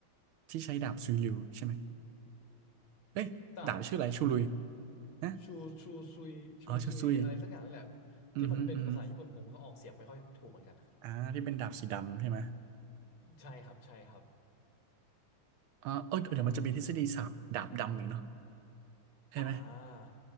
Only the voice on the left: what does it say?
แต่
ชูชูซุยชูซุยอะไรสักอย่างนี่แหละ
ที่มันเป็นภาษาญี่ปุ่นผมก็ออกเสียงไม่ค่อยถูกเหมือนกัน
ใช่ครับใช่ครับ
ดาบโอ
อ่า